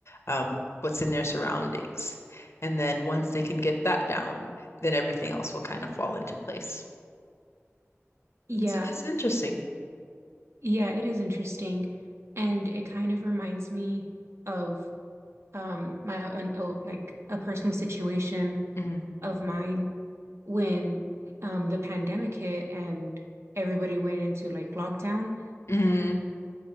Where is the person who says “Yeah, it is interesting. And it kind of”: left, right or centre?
Right